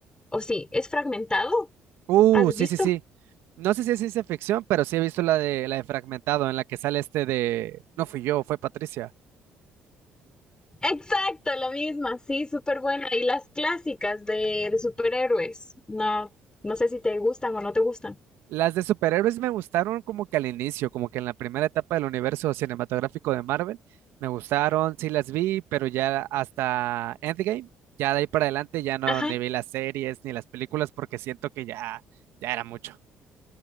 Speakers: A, on the left; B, on the right.
A: o sí, es fragmentado,
B: Uh,
A: ¿has
B: sí,
A: visto?
B: sí, sí. No sé si es ciencia ficción, pero sí he visto la de la de Fragmentado, en la que sale este de, no fui yo, fue Patricia.
A: Exacto, la misma, sí, súper buena. Y las clásicas de, de, superhéroes, no, no sé si te gustan o no te gustan.
B: Las de superhéroes me gustaron como que al inicio, como que en la primera etapa del universo cinematográfico de Marvel, me gustaron, sí las vi, pero ya hasta Endgame, ya de ahí para adelante ya no
A: Ajá,
B: ni vi las series ni las películas porque siento que ya, ya era mucho.